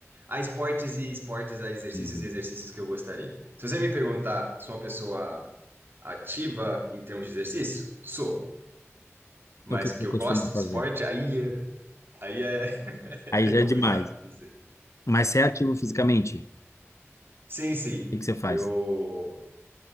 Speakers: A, on the right; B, on the left.
A: Há esportes e esportes, há exercícios
B: uhum.
A: e exercícios que eu gostaria. Se você me perguntar se sou uma pessoa ativa em termos de exercício, sou. Mas
B: O que que
A: que
B: eu
A: eu gosto
B: costumo fazer?
A: de esporte, aí, é- aí é, <laughs>
B: Aí já
A: é complicado
B: é demais.
A: dizer.
B: Mas você é ativo fisicamente?
A: Sim, sim.
B: O que que você faz?
A: Eu.